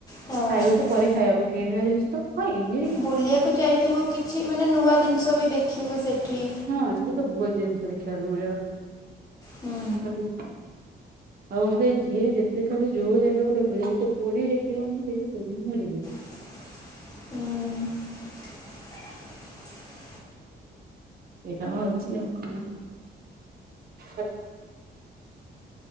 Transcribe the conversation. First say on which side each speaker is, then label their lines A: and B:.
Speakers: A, on the left (about 20°); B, on the right (about 55°).
A: ହଁ
B: ଖାଇବା ତ ପରେ ଖାଇ ହବ କିଣିବା ଜିନଷ ତ ହଁ ଏମି
A: ବୁଲିବାକୁ ଯାଇଥିବୁ କିଛି ମାନେ ନୂଆ ଦିନଷ ବି ଦେଖିବୁ ସେଠି।
B: ହଁ ସେଠି ତ ବୋହୁତ ଜିନଷ ଦେଖିବାକୁ ମିଳିବ
A: ହୁଁ।
B: ମୋର କିଛି ଆଉ ମତେ ଯିଏ ଯେତେ ଥର ଯୋଉ ଜାଗାକୁ ଡାକୁଚନ୍ତି ସେ ପୁରୀ ଡ଼ାକିବ ମାନେ ସେଇ ପୁରୀ ହିଁ ଯିବି।
A: ହୁଁ।
B: <inaudible> ଏଇ କାମ ଅଛି ଆଉ କଣ? ସଚ୍